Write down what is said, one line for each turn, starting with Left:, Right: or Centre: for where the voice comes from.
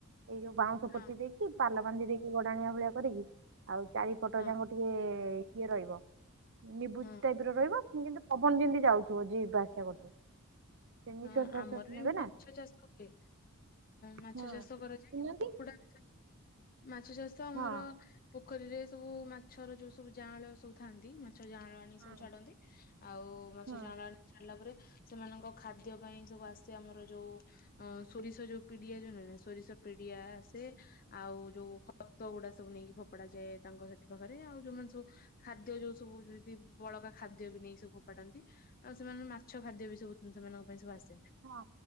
Right: ଏଇ ଯୋଉ ବାଉଁଶ
Left: ହଁ,
Right: ପୋତି ଦେଇକି ପାଲ ବାନ୍ଧି ଦେଇକି ଗଡାଣିଆ ଭଳିଆ କରିକି ଆଉ ଚାରିପଟ
Left: ହଁ,
Right: ଯାକ ଟିକେ କିଏ ରହିବ? ନିବୁଜ
Left: ହଁ,
Right: ଟାଇପର ରହିବ କିନ୍ତୁ ପବନ ଯେମତି ଯାଉଥିବ ଯିବା ଆସିବା କରୁଥିବ। ସେ ନିଶ୍ୱାସ
Left: ହଁ
Right: ପ୍ରଶ୍ୱାସ
Left: ଆମର ବି
Right: ନେବେ
Left: ମାଛ
Right: ନା
Left: ଚାଷ ହୁଏ ମାଛ
Right: ହୁଁ
Left: ଚାଷ କରାଯାଏ
Right: ଶୁଣୁନାହାନ୍ତି
Left: କିନ୍ତୁ କୁକୁଡା ମାଛ ଚାଷ ଆମର
Right: ହଁ
Left: ପୋଖରୀରେ ସବୁ ମାଛର ଯୋଉ ସବୁ ଯାଆଁଳ ସବୁ ଥାନ୍ତି ମ ମାଛ ଜାଆଁଳ ଆଣି
Right: ହଁ
Left: ସବୁ ଛାଡନ୍ତି ଆଉ ମାଛ
Right: ହଁ
Left: ଜାଆଁଳ ଆଣି ଛାଡ଼ିଲା ପରେ ସେମାନଙ୍କ ଖାଦ୍ୟ ଖାଦ୍ୟ ପାଇଁ ସବୁ ଆସେ ଆମର ଯୋଉ ସୋରିଷ ଯୋଉ ପିଡିଆ ଯୋଉ ସୋରିଷ ପିଡିଆ ଆସେ ଆଉ ଯୋଉ ଖତ ଗୁଡା ସବୁ ନେଇକି ଫୋପଡା ଯାଏ ତାଙ୍କ ସେଠି ପାଖରେ ଆଉ ଯୋଉମାନେ ସବୁ ଖାଦ୍ୟ ଯୋଉ ସବୁ ଯି ବଳକା ଖାଦ୍ୟ ବି ନେଇକି ସବୁ ଫୋପାଡନ୍ତି ଆଉ ସେମାନେ ମାଛ ଖାଦ୍ୟ ବି ସବୁ ସେମାନଙ୍କ ପାଇଁ ସବୁ ଆସେ।
Right: ହଁ